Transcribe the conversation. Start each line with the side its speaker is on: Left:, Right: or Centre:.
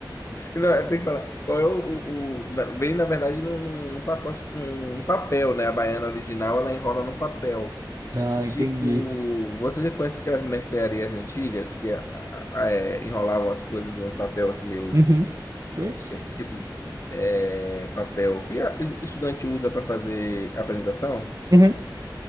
Left: Não, eu tenho que falar. Qual é o, o, o- na- vem, na verdade, num, num pacote, num papel, né? A baiana original, ela enrola no papel.
Right: Não, entendi.
Left: Tipo, você já conhece aquelas mercearias antigas que a- a- é, enrolavam as coisas em um papel assim meio,
Right: Uhum. Conheço.
Left: é, tipo, é, papel que a- estudante usa para fazer apresentação?
Right: Uhum,